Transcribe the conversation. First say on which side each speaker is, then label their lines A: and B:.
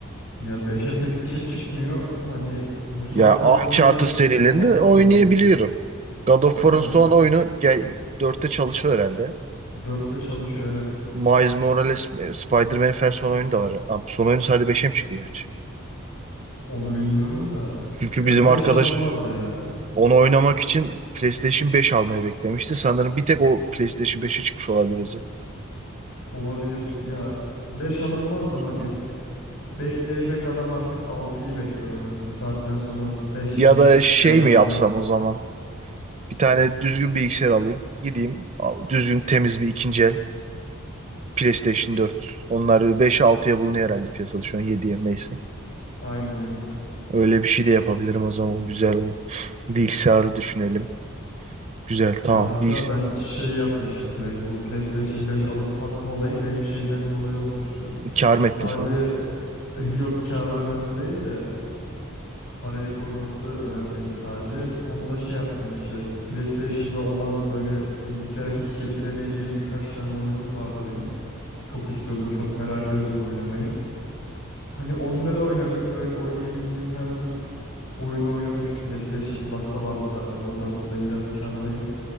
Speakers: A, on the left; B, on the right.
A: Ya beşe pek bir şey çıkmıyor. Hani bu saatten
B: Ya Uncharted
A: sonra
B: serilerinde
A: alınmaz
B: oynayabiliyorum.
A: gibi.
B: God of
A: Aynen.
B: War'ın son oyunu gel, 4'te çalışıyor herhalde.
A: Dörtte çalışıyor evet.
B: Miles Morales e, Spider-Man'in falan son oyunu da var. Ha, Son oyunu sadece 5'e mi çıktı gerçi?
A: Onu bilmiyorum da
B: Çünkü
A: ya
B: bizim
A: 5
B: arkadaş
A: alınmaz ya.
B: onu oynamak için PlayStation 5 almayı beklemişti. Sanırım bir tek o PlayStation beşe çıkmış olabilir. o yüzden.
A: Olabilir. Ya 5 alınmaz da hani
B: Hı.
A: bekleyecek adam artık altıyı bekler hocam. Bu saatten sonra 5
B: Ya
A: meş
B: da
A: hiçbir
B: şey
A: anlamı
B: mi yapsam
A: yok.
B: o zaman? Bir tane düzgün bilgisayar alayım. Gideyim al- düzgün temiz bir ikinci el PlayStation 4. Onlar 5 altıya bulunuyor herhalde piyasada şu an yediye mi neyse.
A: Aynen aynen.
B: Öyle bir şey de yapabilirim o zaman. Güzel o bilgisayarı düşünelim. Güzel tamam.
A: Ya hatta
B: Bilgis
A: ben şey yapmıştım direkt bu PlayStation 5 alıp satma olayım benim şeyden dolayı olmuştu.
B: kâr mı
A: Sadece
B: ettin sen? onu?
A: <laughs> yok kar önemli değil de parayı koruması önemliydi sadece. Onu da şey yaptım işte PlayStation'da olan böyle bilgisayara hiç getiremeyeceğim birkaç tane oyunum vardı benim. Çok istiyordum, çok merak ediyordum oynamayı. Hani onları oynadım böyle oynayabileceğim her tür oyunu oynadım. Şu PlayStation Plus'ta vardı zaten oradan dolayı biraz kârdayım.